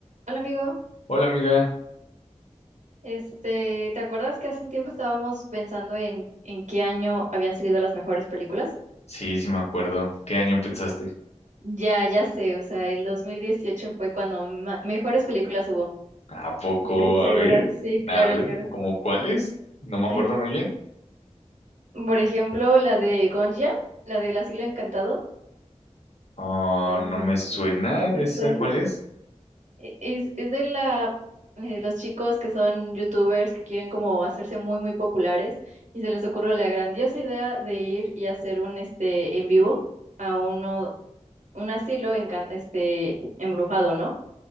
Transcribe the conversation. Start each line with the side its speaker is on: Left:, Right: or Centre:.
Right: Hola amigo,
Left: Hola amiga,
Right: este, ¿te acuerdas que hace un tiempo estábamos pensando en, en qué año habían salido las mejores películas?
Left: sí, sí me acuerdo. ¿Qué año pensaste?
Right: Ya, ya sé, o sea, el 2018 fue cuando ma- mejores películas hubo.
Left: ¿A poco?
Right: Estoy segura,
Left: A ver,
Right: sí, claro,
Left: a ver,
Right: claro.
Left: ¿como cuál es? No me acuerdo
Right: Es-
Left: muy bien.
Right: por ejemplo, la de Gonja, la del Asilo Encantado,
Left: Oh,
Right: en-
Left: no me suena
Right: ¿no te
Left: de esa
Right: suena?
Left: cuál es.
Right: E- Es, es de la, eh, los chicos que son youtubers que quieren como hacerse muy, muy populares y se les ocurre la grandiosa idea de ir y hacer un este en vivo a uno, un asilo en, can- este, embrujado, ¿no?